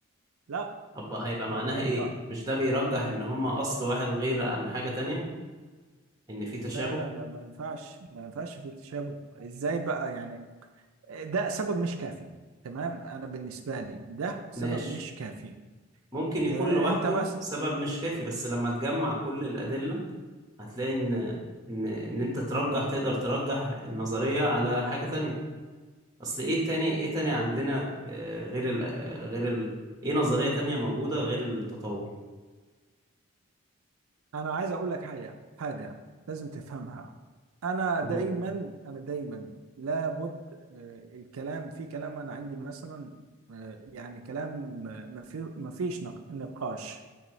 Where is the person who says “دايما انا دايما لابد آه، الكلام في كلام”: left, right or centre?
Right